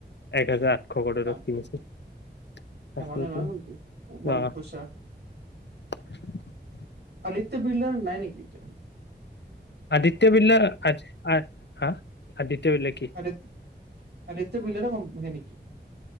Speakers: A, on the left (about 80°); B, on the right (about 70°).
A: এক হাজাৰ আঠশ কৌৰৰত
B: বাপৰে
A: কিনিছিল। তাকেইটো,
B: ধেমালি নহয় কিন্তু ইমান
A: অহ।
B: পইচা
A: <unintelligible>
B: সেইতো বি়ল নাই নেকি এ।
A: আদিত্য বিৰলা আ। হা। আদিত্য বিৰলা কি
B: আদত আদিত্য বিৰলা নেকি।